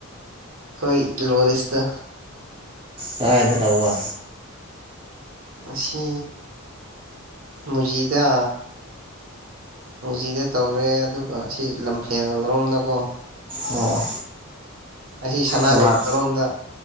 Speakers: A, on the right; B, on the right.
A: ꯀꯣꯏ ꯂꯣꯔꯤꯁꯇ
B: ꯇꯥꯏꯗ ꯇꯧꯕꯕ
A: ꯑꯁꯤ ꯃꯨꯖꯤꯗ ꯃꯨꯖꯤꯗ ꯇꯧꯔꯦ ꯑꯗꯨꯒ ꯁꯤ ꯂꯝꯐꯦꯜꯔꯣꯝꯅꯀꯣ
B: ꯑꯣ
A: ꯑꯁꯤ ꯁꯅꯥ
B: ꯀꯅꯥ
A: ꯀꯩꯊꯦꯜꯔꯣꯝꯗ